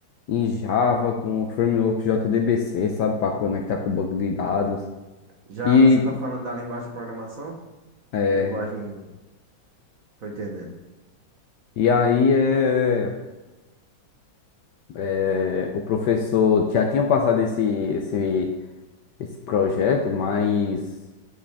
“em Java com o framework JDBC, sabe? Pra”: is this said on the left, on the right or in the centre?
Left